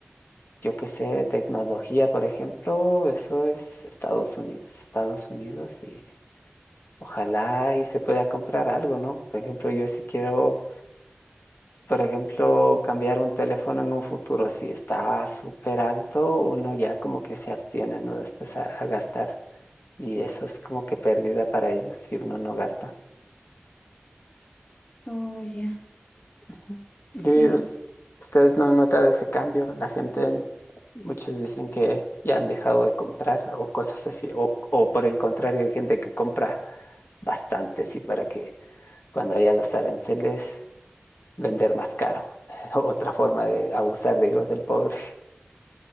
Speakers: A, on the left; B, on the left.
A: yo qué sé, tecnología, por ejemplo, eso es Estados Unidos, Estados Unidos y Ojalá y se pueda comprar algo, ¿no? Por ejemplo, yo si quiero, por ejemplo, cambiar un teléfono en un futuro, si está súper alto, uno ya como que se abstiene, ¿no? Después a, a gastar. Y eso es como que pérdida para ellos si uno no gasta.
B: Oh, ya.
A: Ujú.
B: Sí.
A: Y us- ustedes no han notado ese cambio. La gente, muchos dicen que ya han dejado de comprar o cosas así. O, o por el contrario, hay gente que compra bastantes y para que cuando haya los aranceles vender más caro. <laughs> Otra forma de abusar, digo, del pobre.